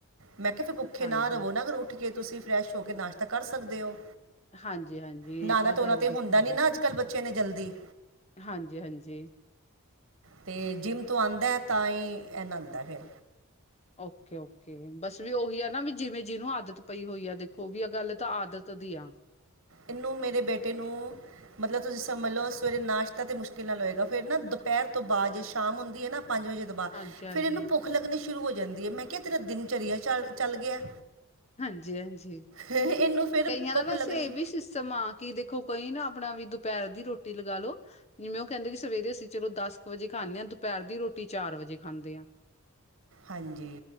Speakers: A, on the right; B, on the left.
A: ਮੈਂ ਕਿਹਾ ਪਿਪੁੱਖੇ
B: ਹਾਂਜੀ
A: ਨਾ ਰਵੋ ਨਾ, ਉੱਠ ਕੇ ਤੁਸੀਂ ਫਰੈਸ਼ ਹੋ ਕੇ ਨਾਸ਼ਤਾ ਕਰ ਸਕਦੇ ਹੋ
B: ਹਾਂਜੀ- ਹਾਂਜੀ,
A: ਨਹਾਣਾ
B: ਇਹ ਤਾਂ
A: ਧੋਣਾ
B: ਗੱਲ
A: ਤੇ
B: ਦੇਖੋ
A: ਹੁੰਦਾ ਨਹੀਂ
B: ਜੀ
A: ਨਾ ਅੱਜ ਕੱਲ੍ਹ ਬੱਚਿਆ ਨੇ ਜਲਦੀ
B: ਹਾਂਜੀ- ਹਾਂਜੀ
A: ਤੇ ਜਿੰਮ ਤੋਂ ਆਉਂਦਾ, ਤਾਂ ਹੀ ਨਹੰਦਾ ਹੈ ਫਿਰ
B: ਓਕੇ -ਓਕੇ ਬਸ ਵੀ ਉਹੀ ਆ ਨਾ ਵੀ ਜਿਵੇਂ ਜਿਹਨੂੰ ਆਦਤ ਪਈ ਹੋਈ ਆ ਦੇਖੋ ਵੀ ਆ ਗੱਲ ਤਾਂ ਆਦਤ ਦੀ ਆ
A: ਇਹਨੂੰ, ਮੇਰੇ ਬੇਟੇ ਨੂੰ ਮਤਲਬ ਤੁਸੀਂ ਸਮਭਝ ਲਓ, ਸਵੇਰੇ ਨਾਸ਼ਤਾ ਤੇ ਮੁਸ਼ਕਿਲ ਨਾਲ ਹੋਏਗਾ ਫੇਰ ਨਾ ਦੁਪਹਿਰ ਤੋਂ ਬਾਅਦ ਜੇ ਸ਼ਾਮ ਹੁੰਦੀ ਹੈ ਨਾ ਪੰਜ ਵਜੇ ਉਹਤੋੰ ਬਾ
B: ਹਾਂਜੀ ਹਾਂਜੀ
A: ਫਿਰ ਇਹਨੂੰ ਭੁੱਖ ਲੱਗਣੀ ਸ਼ੁਰੂ ਹੋ ਜਾਂਦੀ ਹੈ! ਮੈਂ ਕਿਹਾ ਤੇਰਾ ਦਿਨਚਰਆ ਚੱਲ ਗਿਆ
B: ਹਾਂਜੀ- ਹਾਂਜੀ
A: ਇਹਨੂੰ ਫਿਰ
B: ਕਈਆਂ
A: ਭੁੱਖ
B: ਦਾ ਵੈਸੇ
A: ਲੱਗਣੀ
B: ਇਹ ਵੀ ਸਿਸਟਮ ਆ, ਕਿ ਦੇਖੋ ਕਈ ਨਾ ਆਪਣਾ ਵੀ ਦੁਪਹਿਰ ਦੀ ਰੋਟੀ ਲਗਾ ਲੋ ਜਿਵੇਂ ਉਹ ਕਹਿੰਦੇ ਕਿ ਸਵੇਰੇ ਅਸੀਂ ਚਲੋ ਦਸ ਕੁ ਵਜੇ ਖਾਂਦੇ ਹਾਂ, ਦੁਪਹਿਰ ਦੀ ਰੋਟੀ ਚਾਰ ਵਜੇ ਖਾਂਦੇ ਆਂ
A: ਹਾਂਜੀ